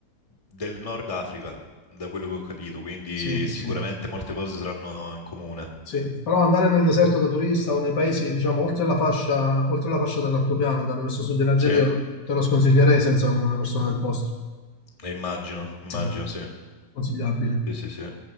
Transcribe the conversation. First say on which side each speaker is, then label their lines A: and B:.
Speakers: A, on the left; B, on the left.
A: del Nord Africa, da quello che ho capito, quindi
B: sì,
A: sicuramente
B: sì,
A: molte cose saranno in comune.
B: sì, però andare nel deserto da turista o nei paesi, diciamo, oltre la fascia, oltre la fascia dell'altopiano, andare verso sud in Algeria,
A: Sì, eh,
B: te lo sconsiglierei senza una persona del posto.
A: immagino, immagino,
B: Mm.
A: sì.
B: Consigliabile.
A: Sì, sì, sì.